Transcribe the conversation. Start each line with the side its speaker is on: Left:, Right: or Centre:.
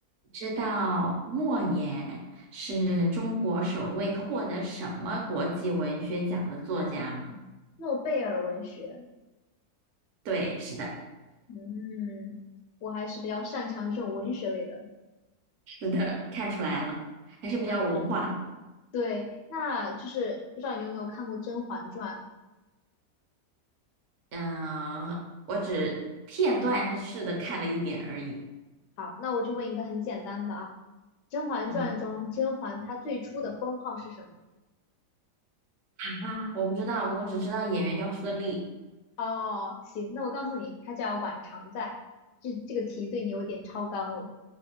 Right: 知道莫言是中国首位获得什么国际文学奖的作家吗？
Left: 诺贝尔文学，
Right: 对，是的，
Left: 嗯，我还是比较擅长这种文学类的。
Right: 是的，看出来了，还是比较有文化的。
Left: 那我对，那就是不知道你有没有看过《甄嬛传》？
Right: 嗯，我只片段式的看了一点而已。
Left: 好，那我就问一个很简单的啊，《甄嬛传》中甄嬛她最初的封号是什么？
Right: 嗯啊，我不知道，我只知道演员叫孙俪。
Left: 哦，行，那我告诉你，它叫晚常在。这这个题对你有点超纲了。